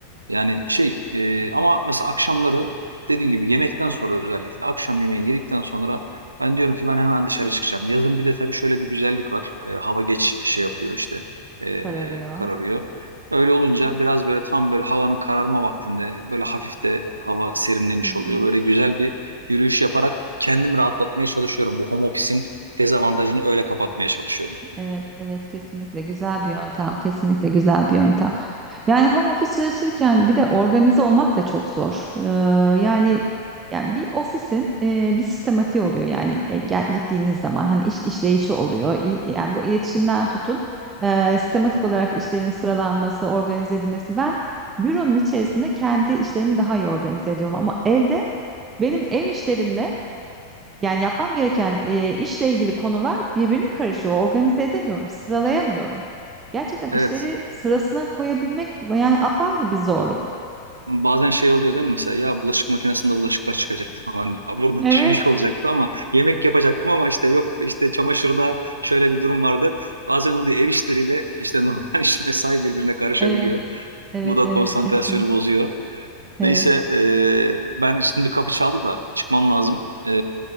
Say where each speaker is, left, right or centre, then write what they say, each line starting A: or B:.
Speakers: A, on the right; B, on the right.
A: Yani şey e, ama mesela akşamları dediğim gibi yemekten sonra özellikle akşam yemeğini yedikten sonra ben diyorum ki ben hemen dışarı çıkacağım. Yazın bir de tabii şöyle bir güzellik var. E, hava geç şey yapıyor işte e,
B: kararıyor.
A: kararıyor. Öyle olunca biraz böyle tam böyle havanın kararma vaktinde böyle hafif de hava serinlemiş
B: Hmm.
A: oluyor. Böyle güzel bir yürüyüş yaparak kendimi rahatlatmaya çalışıyorum. Bu home office'in dezavantajını öyle kapatmaya çalışıyorum.
B: Evet, evet kesinlikle güzel bir yöntem, kesinlikle güzel bir yöntem. Yani home office çalışırken bir de organize olmak da çok zor. Ee, yani yani bir ofisin e, bir sistematiği oluyor yani e, gel, gittiğiniz zaman hani iş işleyişi oluyor. İ- Yani bu iletişimden tutun e, sistematik olarak işlerin sıralanması, organize edilmesi. Ben büronun içerisinde kendi işlerimi daha iyi organize ediyorum ama evde benim ev işlerimle yani yapmam gereken e, işle ilgili konular birbirine karışıyor. Organize edemiyorum, sıralayamıyorum. Gerçekten işleri
A: Evet.
B: sırasına koyabilmek yani apayrı bir zorluk.
A: Bazen şey oluyor değil mi mesela ya bulaşık makinesinde bulaşıklar çıkacaktı falan ya burada
B: Evet,
A: <laughs> şu iş olacaktı ama yemek yapacaktım ama işte yok işte çamaşırda şöyle bir durum vardı. Bazen oluyor ev işleriyle işte normal iş mesai birbirine karışabiliyor.
B: evet, evet,
A: Bu da
B: evet,
A: konsantrasyonu
B: kesinlikle.
A: bozuyor.
B: Evet,
A: Neyse e, ben şimdi bir kapı çaldı da çıkmam lazım. E,